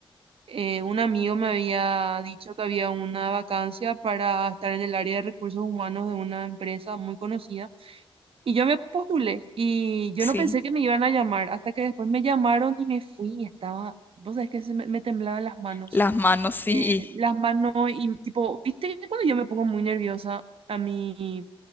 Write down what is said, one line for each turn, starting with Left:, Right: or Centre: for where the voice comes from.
Right: eh, un amigo me había dicho que había una vacancia para estar en el área de recursos humanos de una empresa muy conocida y yo me postulé y yo
Left: Sí,
Right: no pensé que me iban a llamar hasta que después me llamaron y me fui y estaba, vos sabés que se me, me temblaban las manos,
Left: las manos sí.
Right: eh, las manos y tipo, viste que cuando yo me pongo muy nerviosa a mí,